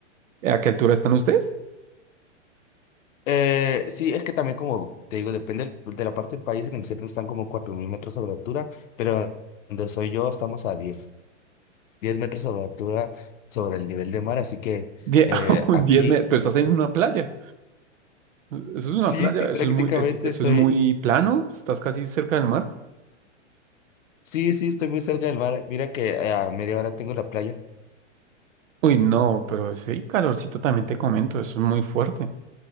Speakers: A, on the right (about 80°); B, on the left (about 85°).
A: ¿A qué altura están ustedes?
B: Eh, sí, es que también como te digo, depende del- de la parte del país, en el centro están como 4.000 metros sobre altura, pero donde soy yo estamos a diez diez metros sobre altura sobre el nivel de mar, así que
A: Die-
B: eh,
A: <laughs> un
B: aquí
A: 10 metros, pero estás en una playa. Eso es una
B: sí,
A: playa,
B: sí,
A: eso
B: prácticamente
A: es muy, es- eso
B: estoy,
A: es muy plano, estás casi cerca del mar.
B: sí, sí, estoy muy cerca del mar, mira que eh, a media hora tengo la playa.
A: Uy, no, pero sí, calorcito también te comento, eso es muy fuerte.